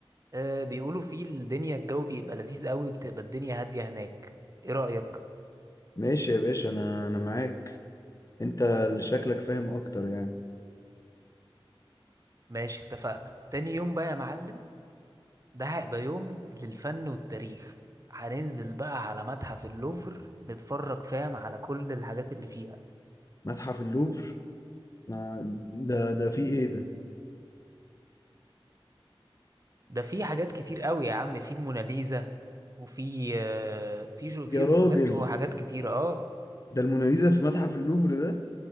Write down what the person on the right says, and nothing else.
آه بيقولوا فيه الدنيا الجو بيبقى لذيذ قوي بتبقى الدنيا هادية هناك ايه رأيك
ماشي اتفقنا تاني يوم بقى يا معلم ده هيبقى يوم للفن والتاريخ هننزل بقى على متحف اللوفر نتفرج فاهم على كل الحاجات اللي فيه
ده في حاجات كتير قوي يا عم في الموناليزا وفي آه، في جو- في
رسومات
وحاجات كتير اه